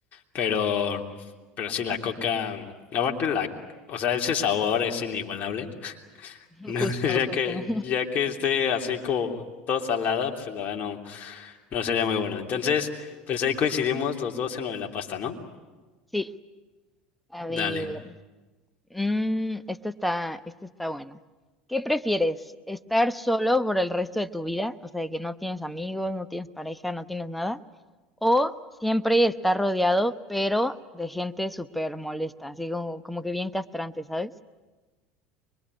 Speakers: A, on the left; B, in the centre.
A: Pero, pero sí, la coca, aparte la, o sea, ese sabor es inigualable. <laughs>
B: <laughs>
A: ¿no?
B: justo,
A: Ya
B: justo.
A: que, ya que esté así como toda salada, pues la verdad no, no sería muy bueno. Entonces, pues ahí coincidimos los dos en lo de la pasta, ¿no?
B: Sí, a ver,
A: Dale.
B: mm, esta está, esta está buena. ¿Qué prefieres? ¿Estar solo por el resto de tu vida? O sea, de que no tienes amigos, no tienes pareja, no tienes nada. O siempre estar rodeado, pero de gente súper molesta, así como, como que bien castrante, ¿sabes?